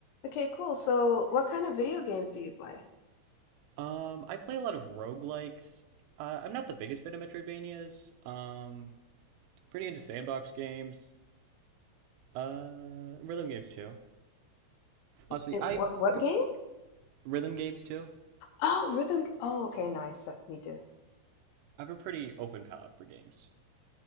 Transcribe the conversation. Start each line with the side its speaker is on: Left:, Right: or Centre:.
Left: Okay, cool. So, what kind of video games do you play?
Right: Um, I play a lot of roguelikes. Uh, I'm not the biggest fan of Metroidvanias. Um, pretty into sandbox games. Uh, rhythm games too. Honestly,
Left: And
Right: I've
Left: what what
Right: got
Left: game?
Right: rhythm games too.
Left: Oh, rhythm. g- Oh, okay, nice. Uh, Me too.
Right: I have a pretty open palette for games.